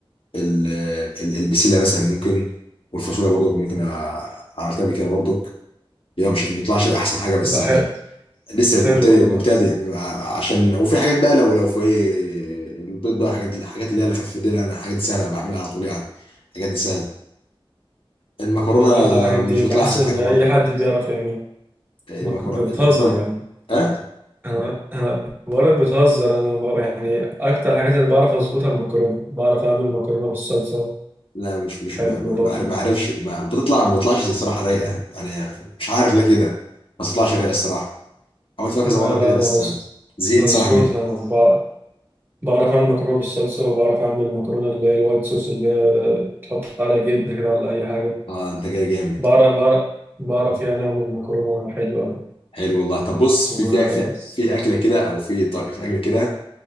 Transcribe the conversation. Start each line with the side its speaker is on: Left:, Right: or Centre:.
Left: ال- آه، ال- البسلة مثلا ممكن والفاصوليا برضو ممكن أ- عملتها بكده برضو هي مش ما بيطلعش أحسن حاجة بس
Right: ده
Left: يعني
Right: حلو
Left: لسه
Right: حلو
Left: مبتدئ
Right: والله
Left: مبتدئ عشان وفي حاجات بقى لو لو في ايه البيض بقى حاجات الحاجات اللي هي الخفيفه دي لا، انا حاجات سهله بعملها على طول يعني الحاجات دي سهله المكرونه
Right: انا برضو الحاجات
Left: مش
Right: دي
Left: بتطلع
Right: بحس
Left: احسن
Right: ان
Left: حاجه
Right: اي
Left: برضه
Right: حد بيعرف يعمل
Left: المكرونه
Right: ما ك- بتهزر
Left: المكرونه
Right: يا عم
Left: ها
Right: انا انا بقول لك بتهزر انا ب- يعني اكتر الحاجات اللي بعرف اظبطها المكرونه بعرف اعمل مكرونه بالصلصه
Left: لا مش مش
Right: حلو
Left: ما ما-
Right: برضو
Left: ما عارف- ما عارفش ما بتطلع ما بتطلعش الصراحه رايقه يعني مش عارف ليه كده ما بتطلعش رايقه الصراحه حاولت فيها كذا
Right: لا
Left: مره
Right: لا
Left: كده
Right: انا
Left: بس
Right: بظ-
Left: أنا زهقت
Right: بظبطها
Left: صراحه منها
Right: انا بع- بعرف اعمل مكرونه بالصلصه وبعرف اعمل مكرونه اللي هي الوايت صوص اللي هي تحط عليها جبنه كده ولا اي حاجه
Left: اه انت جاي جامد
Right: بعرف بعرف بعرف يعني أعمل مكرونة حلوة أوي
Left: حلو والله طب بص
Right: و-
Left: في في في, في اكله كده او في طريقه في اكله كده